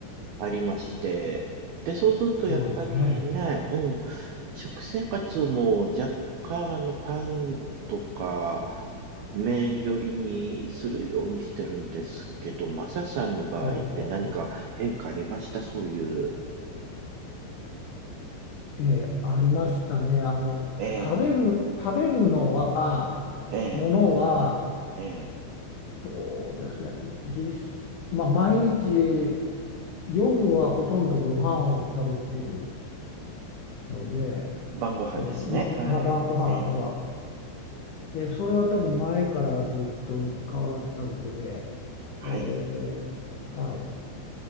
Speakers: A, on the right; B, on the left.
A: ありまして、で、そうするとやっぱりね、
B: そうですね。
A: うん、食生活も若干あの、パンとか、麺寄りにするようにしてるんですけど、マサさんの場合って何か変化ありましたそういう。
B: ほうほうほうええ、ありましたね。あの、
A: ええ、
B: 食べる、食べるのは、
A: ええ、
B: ものは、
A: ええ。
B: そうですね。実、まあ、毎日、夜はほとんどご飯を食べるので、
A: 晩ご飯ですね。
B: ええ、ま、まあ晩ご飯は、
A: はい。ええ。
B: ええ、それは多分前からずっと変わらずで、
A: はい。
B: ええ、はい。